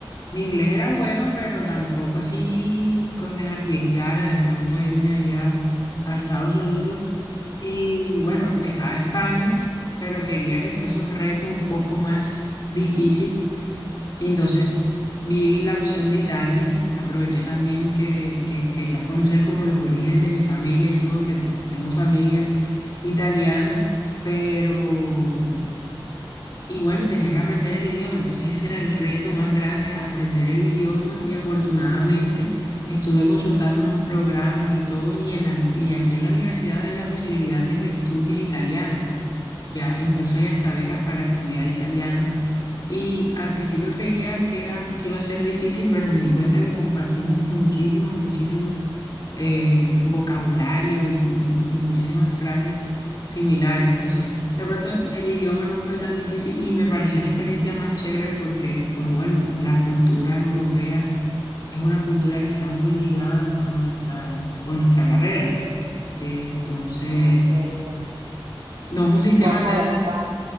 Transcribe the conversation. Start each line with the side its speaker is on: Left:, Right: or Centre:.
Left: Mi inglés era bueno, pero tampoco así que me arriesgara de pronto a irme allá a Estados Unidos. Y bueno, estaba España, pero quería que fuese un reto un poco más difícil. Y entonces vi la opción de Italia, aproveché también que, que quería conocer como los orígenes de mi familia y todo, que te- tengo familia italiana, pero... Y bueno, y tenía que aprender el idioma, entonces ese era el reto más grande, aprender el idioma y afortunadamente estuve consultando unos programas y todo y, en la, mis- y aquí en la universidad hay la posibilidad de que estudies italiano, ya incluso hay hasta becas para estudiar italiano. Y al principio creía que era, que iba a ser difícil, pero me di cuenta que compartimos muchísimas, muchísimas eh, vocabulario y, y- y muchísimas frases similares. Entonces, de pronto el idioma no fue tan difícil y me pareció una experiencia más chévere porque, pues bueno, la cultura europea es una cultura que está muy ligada con nuestra, con nuestra carrera. Eh, entonces,
Right: Ah, ok, ya.
Left: no es un sistema
Right: Juanjo,
Left: tan...
Right: ven acá.